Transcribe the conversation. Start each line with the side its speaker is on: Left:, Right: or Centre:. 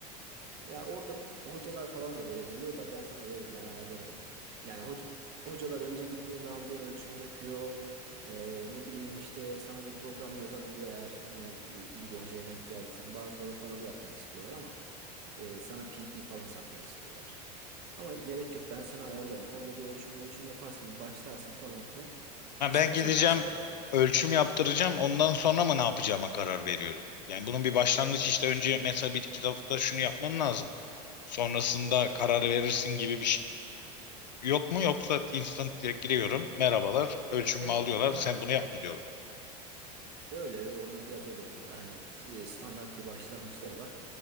Right: Ya orada hocalar falan da verebiliyor da ben sana veririm ben ayarlarım onu. Yani hoca, hocalar önce gittiğin zaman bir ölçüm yapıyor. Ee, ne bileyim işte sana bir program yazabiliyor eğer hani e, iyi bir hocaya denk geldiysen. Bazıları paralı yapmak istiyorlar ama e, sana PT falan satmak istiyorlar. Ama gerek yok ben sana ayarlarım. Orada bir ölçüm ölçüm yaparsın bir başlarsın falan filan.
Left: Ha,
Right: İstersen
Left: ben gideceğim
Right: ben sana bak
Left: ölçüm yaptıracağım ondan sonra mı ne yapacağıma karar veriyorum. Yani bunun bir başlangıç işte önce mesela bir iki hafta şunu yapman lazım. Sonrasında karar verirsin gibi bir şey. Yok mu yoksa instant direkt giriyorum. Merhabalar ölçümümü
Right: sen
Left: alıyorlar
Right: bana
Left: sen bunu yapma diyorlar.
Right: Öyle öyle onlar biraz öyle yapıyorlar. Hani e, standart bir başlangıçları var.